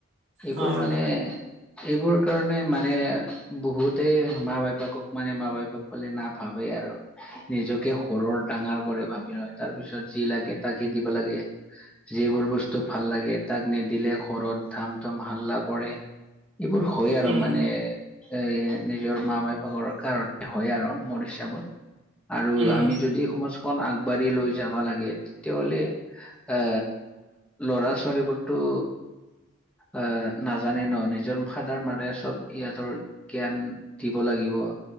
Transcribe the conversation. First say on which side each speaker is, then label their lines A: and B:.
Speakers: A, in the centre; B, on the right (about 60°).
A: এইবোৰ
B: হয়
A: মানে
B: হয়
A: এইবোৰ কাৰণে মানে বহুতে মা - বাপাকক মানে মা - বাপাকক বোলে নাভাবে আৰু। নিজকে সৰৰ ডাঙৰ বৰে ভাবি লয় তাৰ পিছত যি লাগে তাকে দিব লাগে। যিবোৰ বস্তু ভাল লাগে তাক নিদিলে ঘৰত ধাম থুম হাল্লা কৰে। এইবোৰ হয় আৰু
B: উম
A: মানে এ নিজৰ মা - বাইপাকৰ কাৰণে হয় আৰু মৰিচ্ছাবোৰ। আৰু
B: উম
A: আমি যদি সমাজখন আগবাঢ়ি লৈ যাবা লাগে, তেতিয়াহলে এ লৰা ছোৱালীবোৰতো আহ নাজানে ন নিজৰ ফাদাৰ মাদাৰ চব ইহঁতৰ জ্ঞান দিব লাগিব,